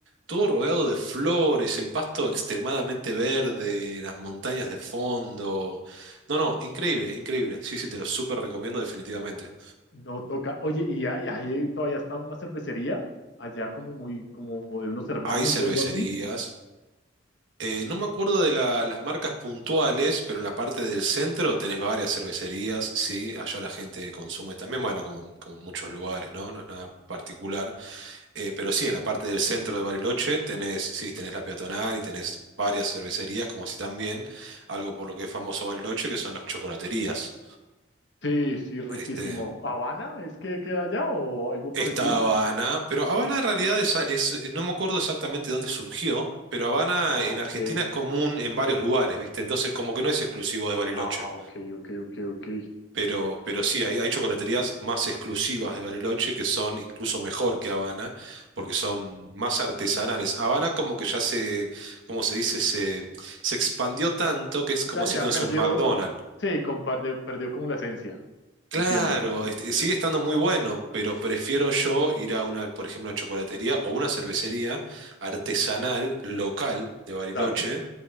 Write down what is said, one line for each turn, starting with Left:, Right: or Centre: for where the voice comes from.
Right: todo rodeado de flores, el pasto extremadamente verde, las montañas de fondo. No, no, increíble, increíble. Sí, sí, te lo súper recomiendo definitivamente.
Left: No toca. Oye, y ahí, ahí todavía está una cervecería, allá como muy, como de unos hermanos
Right: Hay cervecerías.
Left: o algo así.
Right: Eh, no me acuerdo de la- las marcas puntuales, pero en la parte del centro tenés varias cervecerías, sí, allá la gente consume también, bueno, como, como en muchos lugares, ¿no? No es nada particular. Eh, pero sí, en la parte del centro de Bariloche tenés, sí, tenés la peatonal y tenés varias cervecerías, como así también algo por lo que es famoso Bariloche, que son las chocolaterías.
Left: Sí, sí, riquísimo.
Right: Este,
Left: ¿Habana es que queda allá o algo parecido?
Right: está Habana, pero Habana en realidad es, es- no me acuerdo exactamente dónde surgió, pero Habana
Left: Ah,
Right: en
Left: ok.
Right: Argentina es común en varios lugares, ¿viste? Entonces como que no es exclusivo de Bariloche.
Left: Ah, ok, ok, ok, ok.
Right: Pero, pero sí, hay, hay chocolaterías más exclusivas de Bariloche que son incluso mejor que Habana, porque son más artesanales. Habana como que ya se, como se dice, se, se expandió tanto que es
Left: Ya,
Right: como decirte,
Left: ya
Right: no
Left: perdió,
Right: sé, un McDonald's.
Left: sí, compartió, perdió como la esencia.
Right: Claro,
Left: Entiendo,
Right: este, sigue estando muy bueno, pero prefiero yo ir a una, por ejemplo, una chocolatería o una cervecería artesanal local de Bariloche
Left: claro,